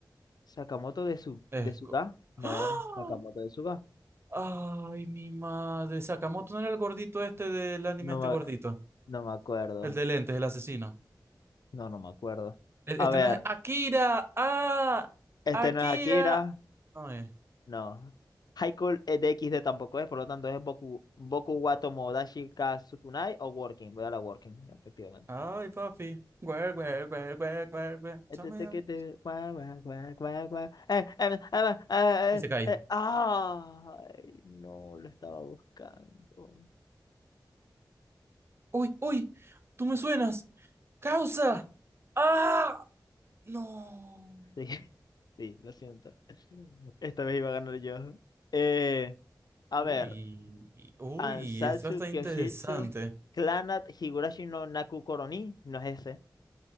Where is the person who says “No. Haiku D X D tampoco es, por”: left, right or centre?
Left